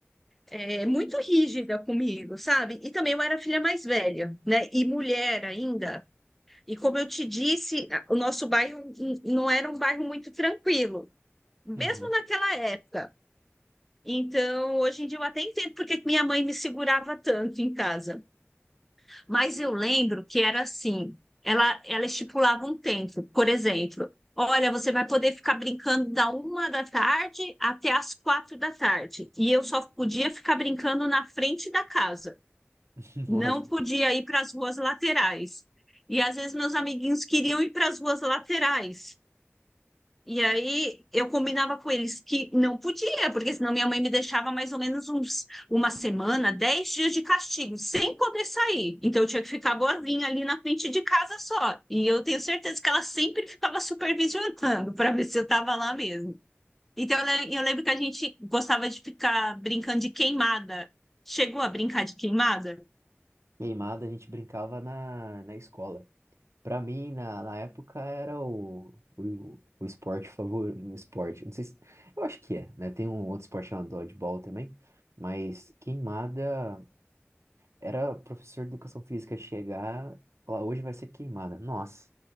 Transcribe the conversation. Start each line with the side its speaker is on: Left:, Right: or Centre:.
Centre: é, muito rígida comigo, sabe? E também eu era a filha mais velha, né? E mulher ainda, E como eu te disse, a- o nosso bairro n- não era um bairro muito tranquilo, mesmo
Right: não?
Centre: naquela época. Então, hoje em dia eu até entendo por que que minha mãe me segurava tanto em casa. Mas eu lembro que era assim, ela, ela estipulava um tempo, por exemplo, olha, você vai poder ficar brincando da uma da tarde até as quatro da tarde. E eu só podia ficar brincando na frente da casa
Right: <laughs>
Centre: não
Right: Nossa,
Centre: podia ir para as ruas laterais. E às vezes meus amiguinhos queriam ir para as ruas laterais. E aí eu combinava com eles que não podia, porque senão minha mãe me deixava mais ou menos uns uma semana, dez dias de castigo, sem poder sair. Então eu tinha que ficar boazinha ali na frente de casa só. E eu tenho certeza que ela sempre ficava supervisionando para ver se eu estava lá mesmo. Então eu le- eu lembro que a gente gostava de ficar brincando de queimada. Chegou a brincar de queimada?
Right: queimada a gente brincava na, na escola. Pra mim, na, na época, era o, o, o esporte favorito. O esporte, não sei se. Eu acho que é, né? Tem um outro esporte chamado dodgeball também. Mas queimada era professor de educação física chegar e falar: hoje vai ser queimada. Nossa,